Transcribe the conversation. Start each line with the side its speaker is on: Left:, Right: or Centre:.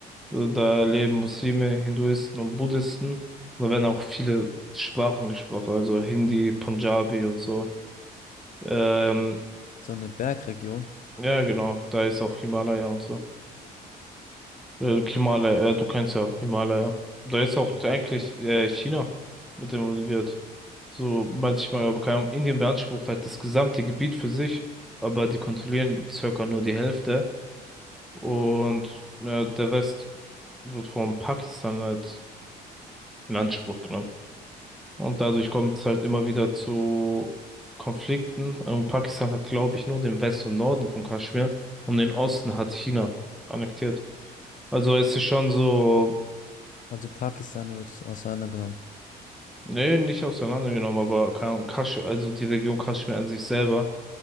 Centre: Also Da leben Muslime, Hinduisten und Buddhisten. Und da werden auch viele Sprachen gesprochen, also Hindi, Punjabi und so. Ähm,
Left: So eine Bergregion,
Centre: ja, genau, da ist auch Himalaya und so. Äh, okay, Himalaya, äh, du kennst ja Himalaya. Da ist auch
Left: Mhm.
Centre: eigentlich äh, China mit involviert. So manchmal, aber keine Ahnung, Indien beansprucht halt das gesamte Gebiet für sich, aber die kontrollieren circa nur die Hälfte. Und ja, der Rest wird von Pakistan halt in Anspruch genommen. Und dadurch kommt es halt immer wieder zu Konflikten. Und Pakistan hat, glaube ich, nur den West und Norden von Kaschmir und den Osten hat China annektiert. Also es ist schon so.
Left: also Pakistan wird auseinandergenommen.
Centre: Nee, nicht auseinandergenommen, aber keine Ahnung, Kasch, also die Region Kaschmir an sich selber